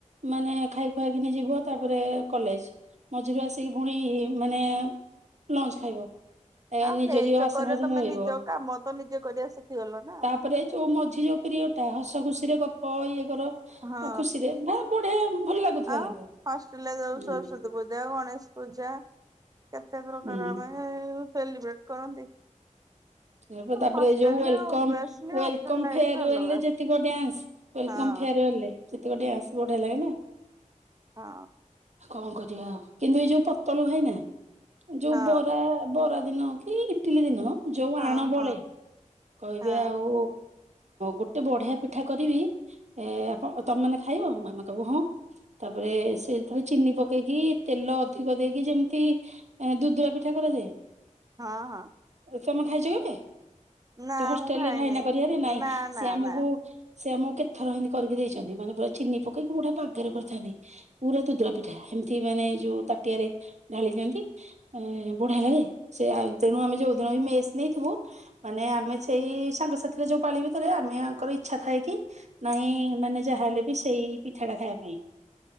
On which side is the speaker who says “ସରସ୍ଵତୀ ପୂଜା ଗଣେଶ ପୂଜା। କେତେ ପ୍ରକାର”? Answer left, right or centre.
Right